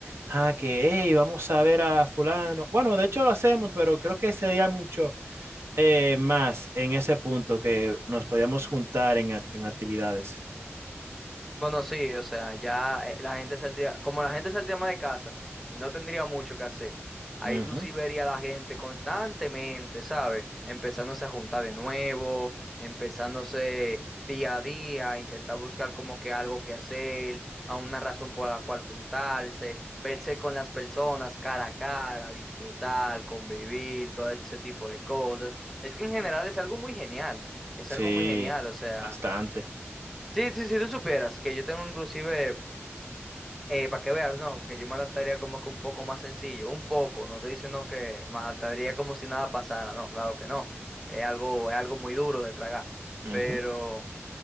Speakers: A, on the right (about 65°); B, in the centre.
A: ah, que, hey, vamos a ver a fulano, bueno, de hecho lo hacemos, pero creo que sería mucho eh, más en ese punto que nos podíamos juntar en, act- en actividades.
B: Bueno, sí, o sea, ya eh, la gente saldría, como la gente saldría más de casa y no tendría mucho que hacer, ahí
A: Ujú.
B: tú sí verías a la gente constantemente, ¿sabes? Empezándose a juntar de nuevo, empezándose día a día, a intentar buscar como que algo que hacer, a una razón por la cual juntarse, verse con las personas cara a cara, disfrutar, convivir, todo ese tipo de cosas. Es que en general es algo muy genial, es
A: Sí,
B: algo muy genial, o sea.
A: bastante.
B: Sí, sí, si tú supieras que yo tengo inclusive, para que veas, no, porque yo me adaptaría como que un poco más sencillo, un poco, no estoy diciendo que me adaptaría como si nada pasara, no, claro que no, es algo, es algo muy duro de tragar,
A: Ujú,
B: pero